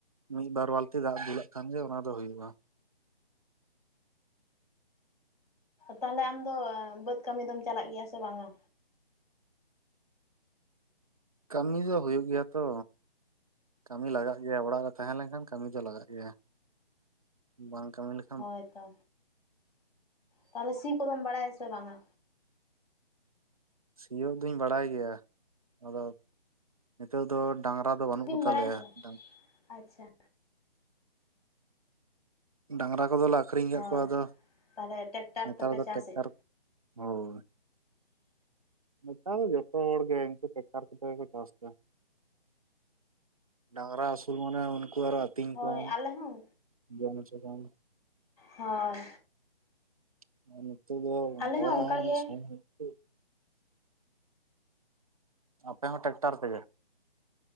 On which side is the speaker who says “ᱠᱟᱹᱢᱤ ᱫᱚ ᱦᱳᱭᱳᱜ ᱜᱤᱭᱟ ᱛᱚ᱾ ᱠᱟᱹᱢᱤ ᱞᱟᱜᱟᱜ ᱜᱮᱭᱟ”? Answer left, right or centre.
Right